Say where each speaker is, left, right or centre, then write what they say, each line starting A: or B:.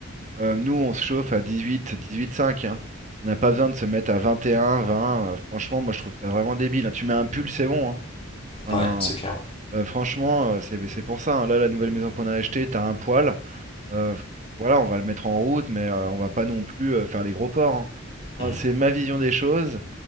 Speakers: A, on the right; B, on the left.
A: Euh, nous, on se chauffe à 18, 18,5, hein. On n'a pas besoin de se mettre à 21, 20. euh, franchement, moi, je trouve ça vraiment débile. hein. Tu mets un pull, c'est bon. hein. Enfin,
B: Ouais, c'est clair.
A: euh, franchement, euh, c'est c'est pour ça. hein. Là, la nouvelle maison qu'on a achetée, t'as un poil. Euh, voilà, on va le mettre en route, mais euh, on va pas non plus euh, faire les gros ports. hein. Hein,
B: Mm,
A: c'est ma vision des choses.